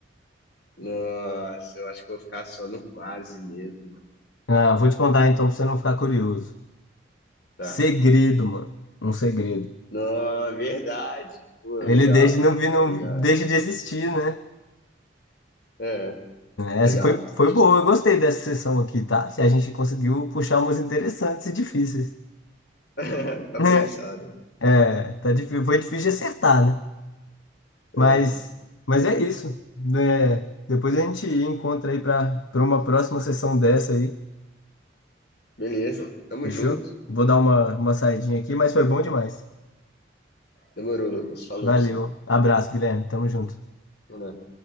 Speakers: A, on the left; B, on the left.
A: Nossa, eu acho que eu vou ficar só no quase mesmo.
B: Ah, vou te contar então pra você não ficar curioso.
A: Tá.
B: Segredo, mano. Um segredo.
A: Não, verdade. Pô, legal.
B: Ele deixa, não vi, não
A: Legal.
B: deixa de existir, né?
A: É,
B: Essa
A: legal.
B: foi, foi
A: Curti.
B: boa. Eu gostei dessa sessão aqui, tá? A gente conseguiu puxar umas interessantes e difíceis.
A: <laughs> Tá
B: né?
A: pensado.
B: É, tá difí- foi difícil de acertar, né?
A: É,
B: Mas, mas é isso. né? depois a gente encontra aí para para uma próxima sessão dessa aí.
A: beleza. Tamo
B: Fechou?
A: junto.
B: Vou dar uma, uma saidinha aqui, mas foi bom demais.
A: Demorou, Lucas. Falou
B: Valeu.
A: pra você.
B: Abraço, Guilherme. Tamo junto.
A: É nóis.